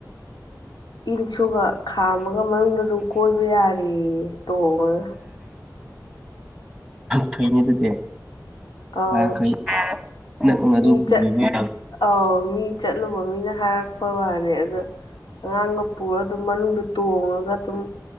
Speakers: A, on the left; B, in the centre.
A: ꯏꯔꯤꯛꯁꯒ ꯈꯥꯝꯃꯒ ꯃꯅꯨꯡꯗ ꯑꯗꯨꯝ ꯀꯣꯏꯕ ꯌꯥꯔꯦ ꯇꯣꯡꯉꯒ
B: ꯈꯅꯦ ꯑꯗꯨꯗꯤ
A: ꯑꯥꯎ
B: ꯑꯈꯣꯏ ꯏꯅꯛ ꯅꯛꯅ ꯑꯗꯨ
A: ꯃꯤ
B: ꯄꯨꯕꯤꯕ
A: ꯆ
B: ꯌꯥꯕ
A: ꯑꯥꯎ ꯃꯤ ꯆꯠꯂꯨꯕ ꯃꯤꯅ ꯍꯥꯏꯔꯛꯄ ꯋꯥꯅꯤ ꯑꯗꯣ ꯑꯉꯥꯡꯒ ꯄꯨꯔꯒ ꯑꯗꯨꯝ ꯃꯅꯨꯡꯗ ꯇꯣꯡꯉꯒ ꯑꯗꯨꯝ